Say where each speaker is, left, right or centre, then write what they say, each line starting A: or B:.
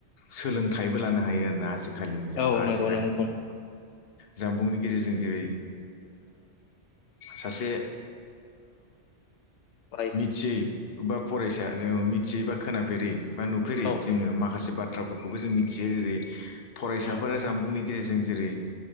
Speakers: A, on the left; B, on the left.
A: सोलोंथाइबो लानो हायो आरोना आजि खालि
B: औ
A: आजिखालि
B: नंगौ नंगौ नोंथां
A: जानबुंनि गेजेरजों जेरै सासे
B: फरायसा
A: मिथियै बा फरायसा जों मिथियै बा खोनाफेरै बा नुफेरै
B: औ
A: जोङो माखासे बाथ्राफोरखौबो जों मिथियो जेरै फरायसाफोरा
B: औ
A: जानबुंनि गेजेरजों जेरै